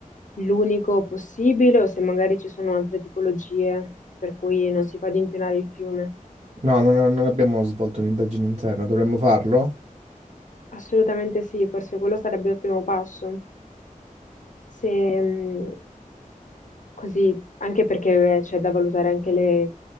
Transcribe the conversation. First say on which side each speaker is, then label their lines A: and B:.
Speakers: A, on the left; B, on the right.
A: l'unico possibile o se magari ci sono altre tipologie per cui non si fa ad inquinare il fiume.
B: No, non, non abbiamo svolto un'indagine interna, dovremmo farlo?
A: Assolutamente sì, forse quello sarebbe il primo passo. se mh, così, anche perché eh, c'è da valutare anche le-